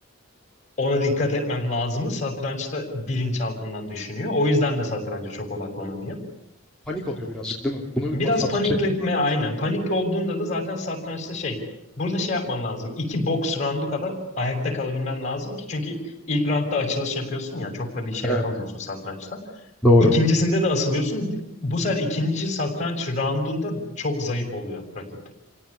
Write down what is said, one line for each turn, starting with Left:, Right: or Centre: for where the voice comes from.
Left: ona dikkat etmem lazımı satrançta bilinçaltından düşünüyor. O yüzden de satranca çok odaklanamıyor.
Centre: Panik oluyor birazcık değil mi? Bunu ba-
Left: Biraz
Centre: satrançta
Left: panikletme
Centre: bitirmen
Left: aynen.
Centre: lazım.
Left: Panik olduğunda da zaten satrançta şey burada şey yapman lazım. İki box roundu kadar ayakta kalabilmen lazım ki çünkü ilk roundda açılış yapıyorsun ya çok da bir şey
Centre: Evet.
Left: yapamıyorsun satrançta.
Centre: Doğru.
Left: İkincisinde de asılıyorsun. Bu sefer ikinci satranç roundunda çok zayıf oluyor rakip.